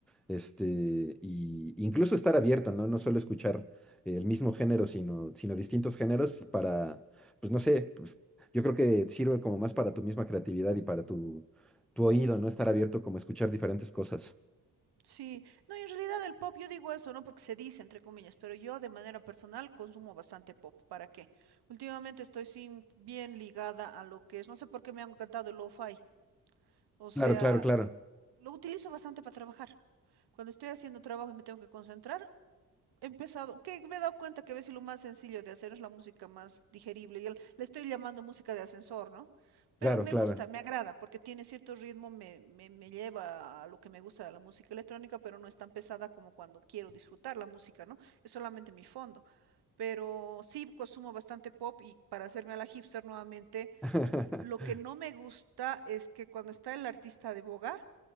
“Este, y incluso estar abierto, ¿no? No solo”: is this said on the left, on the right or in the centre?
Centre